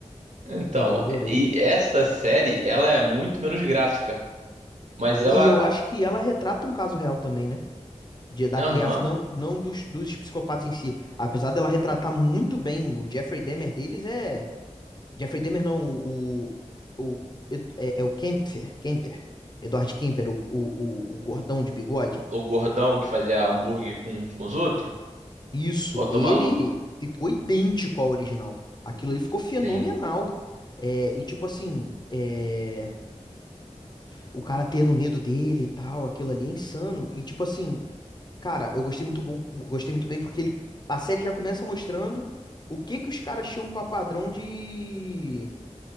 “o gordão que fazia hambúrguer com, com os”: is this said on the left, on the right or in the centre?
Right